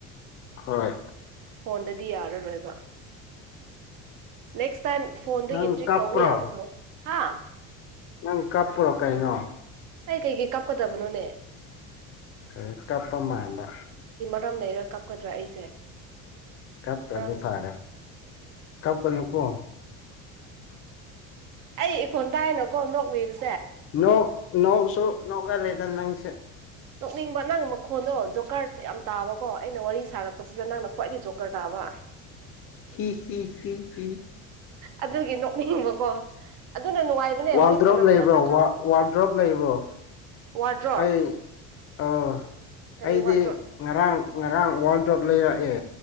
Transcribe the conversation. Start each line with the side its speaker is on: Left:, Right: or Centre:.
Left: ꯍꯣꯏ
Right: ꯐꯣꯟꯗꯗꯤ ꯌꯥꯔꯔꯣꯏꯕ ꯅꯦꯛꯁ ꯇꯥꯏꯝ ꯐꯣꯟꯗꯒꯤ
Left: ꯅꯪ
Right: ꯇ꯭ꯔꯤꯛ
Left: ꯀꯞꯄ꯭ꯔꯣ
Right: ꯇꯧꯕ ꯌꯥꯒ ꯇꯣ ꯍꯥ
Left: ꯅꯪ ꯀꯄꯔꯣ ꯀꯥꯏꯅꯣ
Right: ꯑꯩ ꯀꯩꯀꯩ ꯀꯥꯞꯀꯗꯕꯅꯣꯅꯦ
Left: ꯍ ꯀꯄꯃꯟꯕ
Right: ꯀꯔꯝ ꯂꯩꯔ ꯀꯞꯀꯗ꯭ꯔꯥ ꯑꯩꯁꯦ
Left: ꯀ ꯇꯖꯦ
Right: ꯃꯔꯝ
Left: ꯐꯔꯦ ꯀꯞ ꯀꯅꯤ ꯀ
Right: ꯑꯩ ꯏꯈꯣꯟ ꯇꯥꯏꯅꯀꯣ ꯅꯣꯛꯃꯤꯁ
Left: ꯅꯣꯡ ꯅꯣꯡꯁꯨ ꯅꯣꯡꯒ ꯂꯩꯗ ꯅꯪꯁꯦ
Right: ꯀꯛꯅꯤꯡꯕ ꯅꯪꯒꯤ ꯃꯈꯣꯟꯗꯣ ꯖꯣꯀꯔ ꯌꯥꯝ ꯇꯥꯕꯀꯣ ꯑꯩꯅ ꯋꯥꯔꯤ ꯁꯥꯔꯛꯄꯁꯤꯗ ꯅꯪꯅ ꯈ꯭ꯋꯥꯏꯗꯒꯤ ꯖꯣꯀꯔ ꯇꯥꯕ
Left: ꯍꯤ ꯍꯤ ꯍꯤ ꯍꯤ
Right: ꯑꯗꯨꯒꯤ ꯅꯣꯛꯅꯤꯡꯕꯀꯣ ꯑꯗꯨꯅ ꯅꯨꯡꯉꯥꯏꯕꯅꯦ
Left: ꯋꯥꯜꯗ꯭ꯔꯣꯞ
Right: ꯋꯥꯔꯤ ꯁꯥꯟꯅꯕꯗ
Left: ꯂꯩꯕ꯭ꯔꯣ
Right: ꯅꯠꯇ꯭ꯔꯣ
Left: ꯋꯥꯜꯗ꯭ꯔꯣꯞ ꯂꯩꯕ꯭ꯔꯣ
Right: ꯋꯥꯔꯗ꯭ꯔꯣꯞ
Left: ꯑꯩ ꯑꯣ
Right: ꯀꯔꯤ
Left: ꯑꯩꯗꯤ
Right: ꯋꯥꯔꯗ꯭ꯔꯣꯞꯅꯣ
Left: ꯉꯔꯥꯡ ꯉꯔꯥꯡ ꯋꯥꯔꯜ ꯗ꯭ꯔꯣꯞ ꯂꯩꯔꯛꯑꯦ